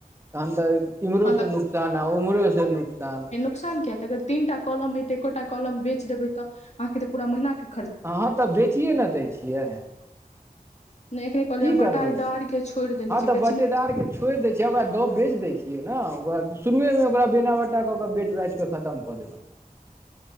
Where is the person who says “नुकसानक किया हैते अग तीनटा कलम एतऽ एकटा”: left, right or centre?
Left